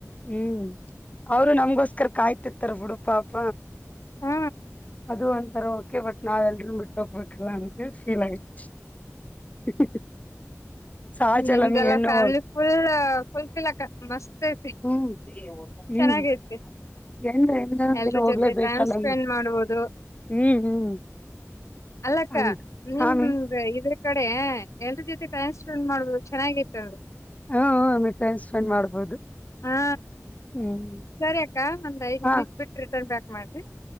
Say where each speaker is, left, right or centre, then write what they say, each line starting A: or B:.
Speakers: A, on the left; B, on the left.
A: ಹ್ಮ್ ಅವ್ರು ನಮ್ಗಸ್. ಅಕ್ಕರ್ ಕಾಯ್ತಿತರ್ ಬಿುಡುಪಾಪ.
B: ಹ.
A: ಅದು ಒಂಥರ ಓಕೆ ಬಟ್ ನಾವ ಎಲ್ರೂ ಬಿಟ್ಟ ಹೋಗ್ಬೇಕಿಲ್ಲ ಅಂತ ಫೀಲ್ ಆಯ್ತು. <unintelligible> ಸಹಜ
B: ನಿಮ್ದೆಲ್ಲಾ
A: ಅಲ್ಲಮ್ಮಿ ಹೆಣ್ಣು
B: ಫ್ಯಾಮಿಲಿ ಫುಲ್ ಫುಫಲ್ ಮತ್.
A: ಹ್ಮ್ ಹ್ಮ್
B: ಚೆನ್ನಾಗತಿ.
A: ಹೆಣ್ಣು ಹೆಣ್ಣು
B: ಎಲ್ರ
A: ದಿನ ಹೋಗ್ಲೇಬೇಕಲ್ಲಮ್ಮಿ
B: ಜೊತೆ ಟೈಮ್ ಸ್ಪೆಂಡ್ ಮಾಡ್ಬೋುದು.
A: ಹ್ಮ್ ಹ್ಮ್
B: ಅಲ್ಲಕ್ಕ
A: ಹಂಗ
B: ನಿಮ್ದ
A: ಆಮಿ
B: ಇದ. ಕಡೆ ಎನ್ರ ಜೊತೆ ಟೈಮ್ ಸ್ಪೆಂಡ್ ಮಾಡುದು ಚೆನ್ನಾಗಾಗಿತೆ ಅಂದರು.
A: ಹ್ಮ ಹ್ಮ ಟೈಮ್ ಸ್ಪೆಂಡ್ ಮಾಡ್ಬೋದು.
B: ಹಾ.
A: ಹ್ಮ್
B: ಸರಿ ಅಕ್ಕ ಒಂದ್ ಐದ್ ನಿಮಿಟ್
A: ಹಾ
B: ಬಿಟ್ಟ ರಿಟರ್ನ್ ಬ್ಯಾಕ್ ಮಾಡಿ.